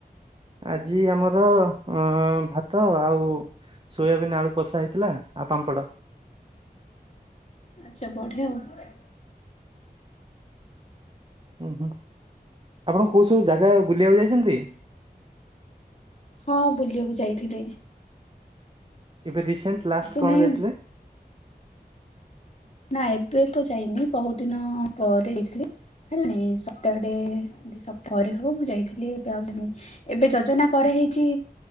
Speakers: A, on the right; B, on the left.
A: ଆଜି ଆମର ଅ ଭାତ ଆଉ ସୋୟାବିନ୍ ଆଳୁ କଷା ହେଇଥିଲା ଆଉ ପାମ୍ପଡ଼।
B: ଆଛା, ବଢିଆ ଆଉ।
A: ହୁଁ ହୁଁ ଆପଣ କୋଉ ସବୁ ଜାଗା ବୁଲିବାକୁ ଯାଇଛନ୍ତି?
B: ହଁ ବୁଲିଆକୁ ଯାଇଥିଲି।
A: ଏବେ ରିସେଣ୍ଟ ଲାଷ୍ଟ୍
B: ଏବେ
A: କଣ
B: ନାଇଁ
A: ଯାଇଥିଲେ?
B: ନା ଏବେ ତ ଯାଇନି ବହୁତ ଦିନ ପରେ ଯଇଥିଲି ହେଲାଣି ସପ୍ତାହଟେ। ସ ପରେ ହବ ମୁଁ ଯାଇଥିଲି ଏବେ ଆଉ ଜାଇନି। ଏବେ ଯୋଜନା କରାହେଇଛି